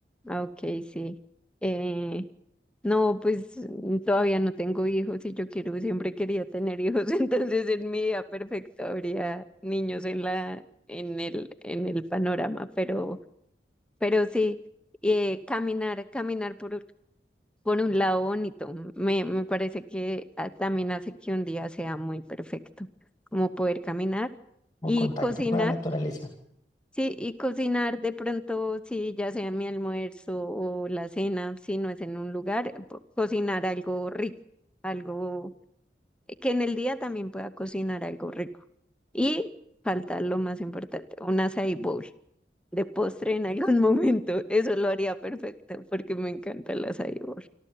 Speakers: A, in the centre; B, on the left (about 20°).
A: Ah, ok, sí. Eh, No, pues mm, todavía no tengo hijos y yo quiero, siempre quería tener hijos, <laughs> entonces en mi vida perfecta habría niños en la, en el, en el panorama, pero, pero sí, eh, caminar, caminar por, por un lado bonito, me, me parece que ah, también hace que un día sea muy perfecto, como poder caminar
B: como
A: y
B: contacto
A: cocinar.
B: con la naturaleza.
A: Sí, y cocinar de pronto, sí, ya sea mi almuerzo o la cena, si no es en un lugar, po- cocinar algo rico, algo eh, que en el día también pueda cocinar algo rico. Y falta lo más importante, un açaí bowl de postre en algún <laughs> momento. Eso lo haría perfecto porque me encanta el açaí bowl.